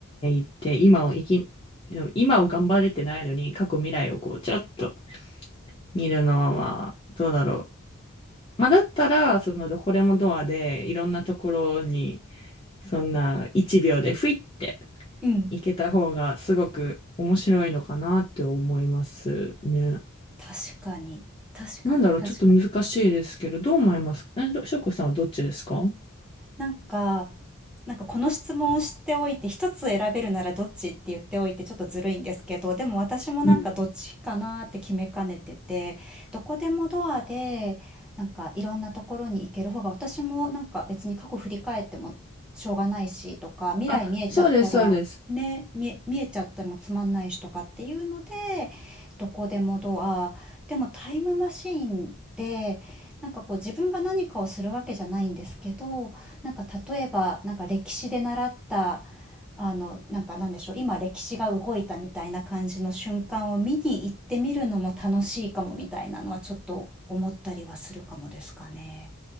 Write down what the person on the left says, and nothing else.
て、今を生き、今を頑張れてないのに、過去、未来をこう、ちょっと見るのは、どうだろう。まあ、だったら、そのどこでもドアで、いろんなところに、そんな1秒で、ふいって、
行けた方がすごく面白いのかなって思いますね。
なんだろう、
ちょっと難しいですけど、どう思いますかえ、どしょうこさんはどっちですか
うん。
あ、そうです、そうです。